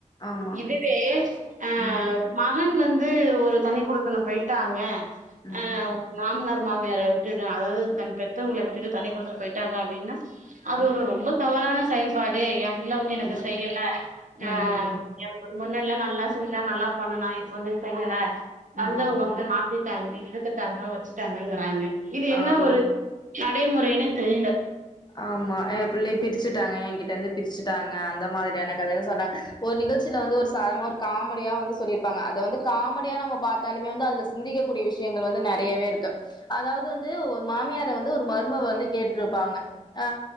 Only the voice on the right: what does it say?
இதுவே அ
மகன் வந்து ஒரு தனிகுடுத்தனம் போய்ட்டாங்க
அ மாம்னாரு மாமியாரு ட்டுட்டு அதாது தன் பெத்தவங்கள விட்டுட்டு தனி குடுத்தனு போயிட்டாங்க அப்டீனா அது
ஒரு ரொம்ப தவறான செயல் பாடு ஏ புள்ள வந்து எனக்கு
செய்யல
அ ஏ முன்னாடில நல்லா செஞ்சா நல்லா பண்ணுனா இப்ப வந்து செய்யல வந்தவங்க
வந்து மாத்தி ட்டாங்க எடுத்துட்டாங்க வச்சுட்டாங்கங்கிறாங்க இது என்ன
ஒரு நடைமுறைன்னே தெரில